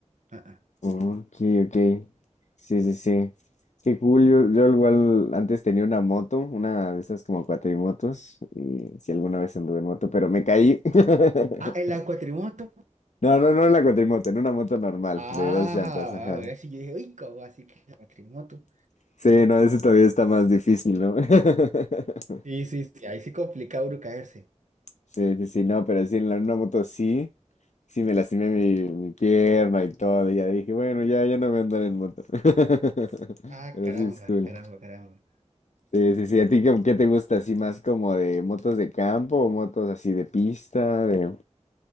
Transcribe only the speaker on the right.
Ah, ah.
Ah, en la cuatrimoto.
Ah,
ahora sí, yo dije, uy, ¿cómo así que la cuatrimoto?
Sí, sí, sí, ahí sí complica uno caerse.
Ah,
caramba,
caramba, caramba.